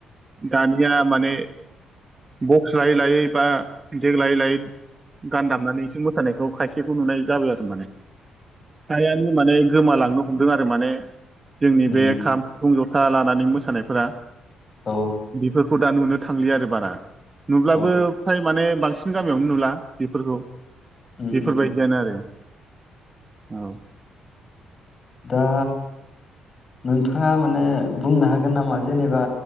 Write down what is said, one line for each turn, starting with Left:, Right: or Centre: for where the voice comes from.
Right: दानिया माने बक्स लायै लायै बा देग लायै लायै गान दामनानैसो मोसानायखौ खायसेखौ नुनाय जाबाय आरो माने आयानि माने गोमालांनो हमदों आरो माने जोंनि बे
Left: उम
Right: खाम सिफुं जथ था लानानै मोसानायफोरा
Left: औ
Right: बेफोरखौ दा नुनो थांलिया आरो बारा नुब्लाबो
Left: औ
Right: फाय माने बांसिन जों गामियावनो नुला बेफोरखौ
Left: उम
Right: बेफोरबायदियानो
Left: उम
Right: आरो औ
Left: दा नोंथाङा माने बुंनो हागोन नामा जेनेबा